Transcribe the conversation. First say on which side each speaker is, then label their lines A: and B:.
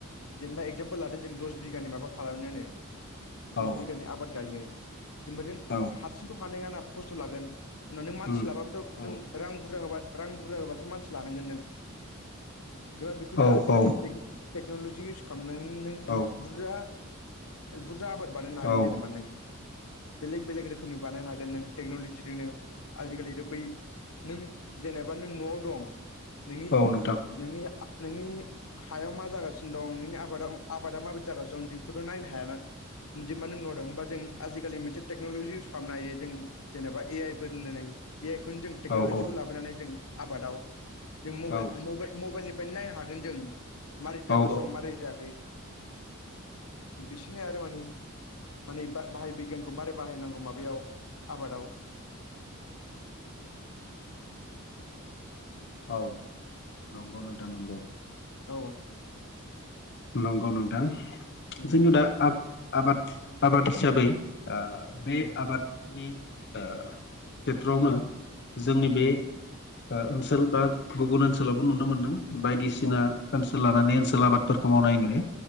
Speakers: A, on the left (about 75°); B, on the left (about 55°).
A: जेनेबा एगजामपोल लादो जों दस बिगानि माबा खालामनोनो
B: औ
A: दस बिगानि आबाद गायनो जेनबादेन
B: औ
A: हारसिंथ' हानाय नङा ना खस्थ' लागोन उनाव नों मानसि
B: उम
A: लाबाबोथ'
B: औ
A: नों रां बुरजा होबा रां बुरजा होबासो मानसि लानांगोन नों। जेनबा बेखौनो
B: औ
A: आजिखालि
B: औ
A: टेक-टेक्न'लजि इउस खालामनानै नों
B: औ
A: बुरजा बुरजा आबाद बानायनो हागोन
B: औ
A: जेनेबा नों। बेलेग बेलेग रोखोमनि बानायनो हागोन नों टेक्न'लजिजोंनो आजिखालिथ' बै नों जेनेबा नों न'आव दं नोंनि
B: औ नोंथां
A: नोंनि नोंनि हायाव मा जागासिनो दं नोंनि आबादा आबादा माबायदि जागासिनो दं दिखौथ' नायनो हायाना। जेनबा नों नआव दं होमबा जे आजिखालि मोनसे टेक्न'ल'जि इउस खालामनो हायो जों जेनेबा ए आइ फोर होननानै ए आइ खौनो जों टेक्नलजिखौ
B: औ औ
A: लाबोनानै जों आबादाव जों मबाइल
B: औ
A: मबाइल मबइलनि निफ्रायनो नायनो हागोन जों मारै जागासिनो
B: औ
A: दं मारै जायाखै। बिसिनि आरो माने माने बाहाय बिगियान बाहायनांगौ माबायाव आबादाव।
B: औ नंगौ नोंथां नंगौ।
A: औ
B: नंगौ नोंथां
A: उम
B: जोंनियाव दा आ-आबाद आबाद हिसाबै आ
A: उम
B: बे आबादनि आ खेथ्रआवनो जोंनि
A: उम
B: बे ओनसोल बा गुबुन ओनसोलावबो नुनो मोन्दों बायदिसिना
A: अ
B: ओनसोल लानानै ओनसोल आबाद फोरखौ मावनाय नुयो